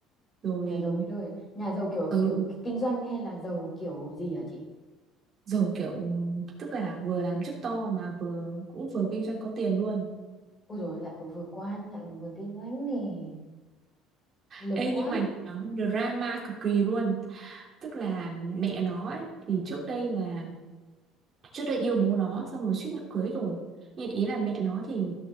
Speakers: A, on the right; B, on the left.
A: rồi
B: Nhà giàu mấy đời, nhà giàu kiểu
A: ừ
B: kiểu kinh doanh hay là giàu kiểu gì hả chị?
A: giàu kiểu tức là vừa làm chức to mà vừa cũng vừa kinh doanh có tiền luôn
B: Ôi rồi lại còn vừa quan lại còn vừa kinh doanh này, lực
A: Ê
B: quá.
A: nhưng mà nó drama cực kỳ luôn Tức là mẹ nó ấy, thì trước đây là trước đây yêu bố nó xong rồi suýt nữa cưới rồi Nhưng ý là mẹ nó thì